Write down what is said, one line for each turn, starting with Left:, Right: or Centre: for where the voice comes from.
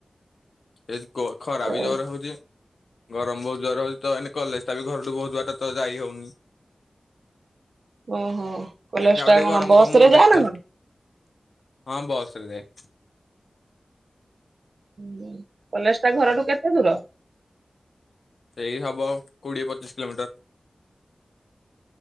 Left: ଏ ଖରା
Right: ହଁ
Left: ବି ଜୋରେ ହଉଛି। ଗରମ ବହୁତ ଜୋରେ ହଉଛି ତ ଏ କଲେଜଟା ବି ଘରଠୁ ବହୁତ ବାଟ ଯାଇ ହଉନି।
Right: ଓହୋ କଲେଜ
Left: ଦେଖିବା ଆଉ
Right: ଟା
Left: ଟିକେ
Right: କଣ
Left: ଗରମ
Right: ବସ
Left: କମୁ
Right: ରେ ଯାଅ
Left: ଦେଖିବା।
Right: ନା କଣ?
Left: ହଁ ବସ୍ ରେ ଯାଏ।
Right: ହୁଁ କଲେଜ ଟା ଘରଠୁ କେତେ ଦୂର?
Left: ସେଇ ହବ ଆଉ କୋଡିଏ ପଚିଶ କିଲୋମିଟର।